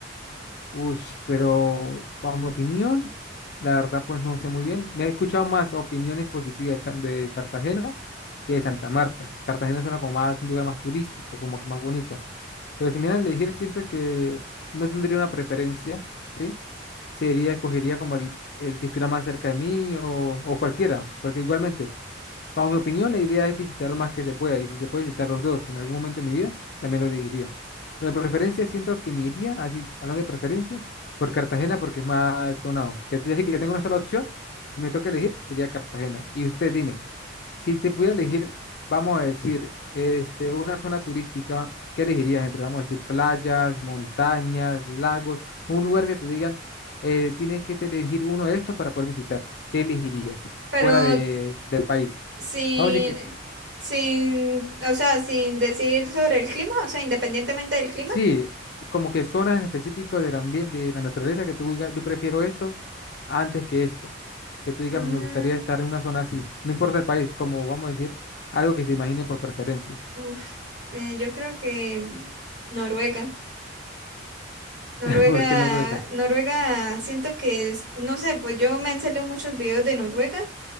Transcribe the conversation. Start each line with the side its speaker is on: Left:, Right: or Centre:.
Left: Ush, pero bajo mi opinión, la verdad pues no sé muy bien. Me he escuchado más opiniones positivas de Ca- de Cartagena que de Santa Marta. Cartagena suena como más un lugar más turístico, como que más bonito. Pero si me dieran a elegir, siento que no tendría una preferencia, ¿sí? Sería, escogería como el, el que estuviera más cerca de mí o, o cualquiera, porque igualmente. Bajo mi opinión, la idea es visitar lo más que se pueda y si se puede visitar los dos en algún momento de mi vida, también lo elegiría. Pero de preferencia siento que me iría, así, hablando de preferencia, por Cartagena porque es más sonado. Que te decir que tengo una sola opción y me toca elegir, sería Cartagena. Y usted dime, si te pudiera elegir, vamos a decir, este, una zona turística, ¿qué elegirías entre, vamos a decir, playas, montañas, lagos, un lugar que te digan, eh, tienes que te elegir uno de estos para poder visitar? ¿Qué elegirías
Right: Pero
Left: fuera de, del país?
Right: Sin,
Left: Vamos a decir que
Right: sin, o sea, sin decir sobre el clima, o sea, independientemente del clima.
Left: sí, como que zonas en específico del ambiente, de la naturaleza, que tú digas, yo prefiero esto antes que esto. Que tú digas,
Right: Ah,
Left: me gustaría estar en una zona así. No importa el país, como vamos a decir, algo que se imagine por preferencia.
Right: uf, eh, yo creo que Noruega. Noruega,
Left: <laughs> ¿Por qué Noruega?
Right: Noruega, siento que es, no sé, pues yo me han salido muchos videos de Noruega.